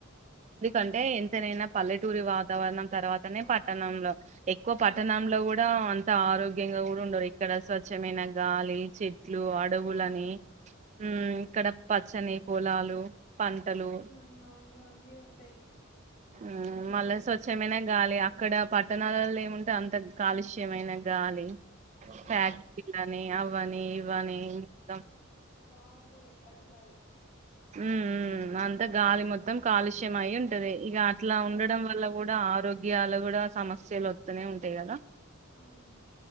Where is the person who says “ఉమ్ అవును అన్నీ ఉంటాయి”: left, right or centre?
Left